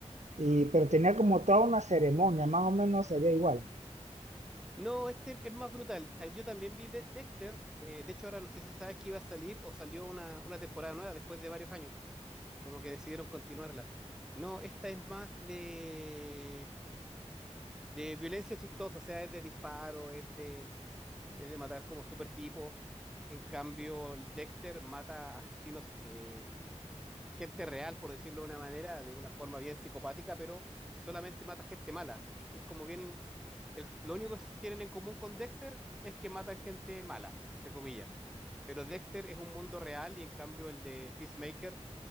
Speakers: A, on the right; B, in the centre.
A: Y, pero tenía como toda una ceremonia, más o menos sería igual.
B: No, este es más brutal. Ah, Yo también vi de- Dexter. eh, de hecho, ahora no sé si sabes que iba a salir o salió una, una temporada nueva después de varios años. como que decidieron continuarla. No, esta es más de, de violencia chistosa, o sea, es de disparo, es de, es de matar como super tipos. En cambio, el Dexter mata asesinos, eh, gente real, por decirlo de una manera, de una forma bien psicopática, pero solamente mata gente mala. Es como bien, el- lo único que tienen en común con Dexter es que matan gente mala, entre comillas. Pero Dexter es un mundo real y en cambio el de Peacemaker